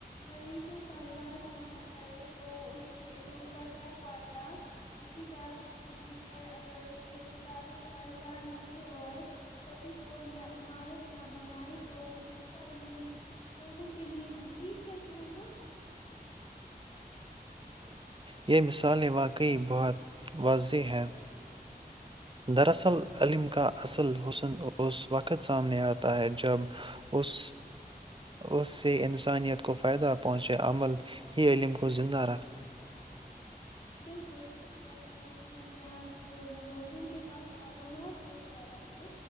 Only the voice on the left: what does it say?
مریضوں کا علاج ہی نہ کرے تو اس کے علم کا کیا فائدہ اسی طرف انجینئر اگر صرف کتابیں پڑھتا رہے اور کبھی پل یا عمارت نہ بنائے تو اس کا علم لوگوں کے لیے مفید کیسے ہوگا
بالکل میں سمجھتی ہوں کہ آج کے دور میں لوگوں کے پاس معلومات بہت زیادہ ہے